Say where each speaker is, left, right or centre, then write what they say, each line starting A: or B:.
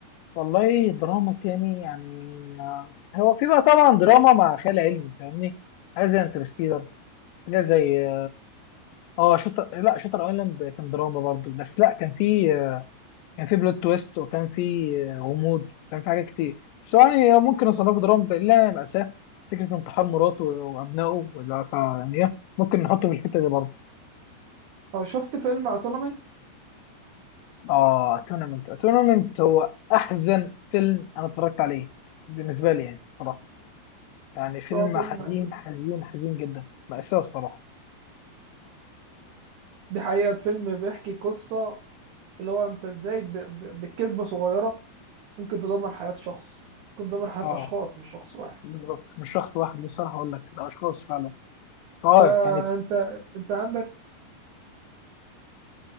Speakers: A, on the left (about 85°); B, on the right (about 85°).
A: والله دراما تاني يعني آه، هو في بقى طبعا دراما مع خيال علمي فاهمني حاجه زي انترستيلر حاجه زي اه شطر لا شطر ايلاند كان دراما برضه بس لا كان في آه، كان في بلوت تويست وكان في غموض وكان في حاجات كتير بس يعني ممكن اصنفه دراما الا مأساة فكرة انتحار مراته وابنائه ولا ف- يعني ايه ممكن نحطه في الحتة دي برضه
B: آه، شفت فيلم اتونمنت
A: اه تورنمنت تورنمنت هو احزن فيلم انا اتفرجت عليه بالنسبة لي يعني صراحة يعني فيلم
B: هو فيلم
A: حزين
B: مأزق.
A: حزين حزين جدا مأساة الصراحة
B: دي حقيقة الفيلم بيحكي قصة اللي هو انت ازاي ب- ب- بكذبة صغيرة ممكن تدمر حياة شخص ممكن تدمر حياة
A: اه
B: أشخاص مش شخص واحد
A: بالظبط مش شخص واحد للصراحة اقول لك ده اشخاص فعلا اه
B: فأنت
A: كانت
B: أنت عندك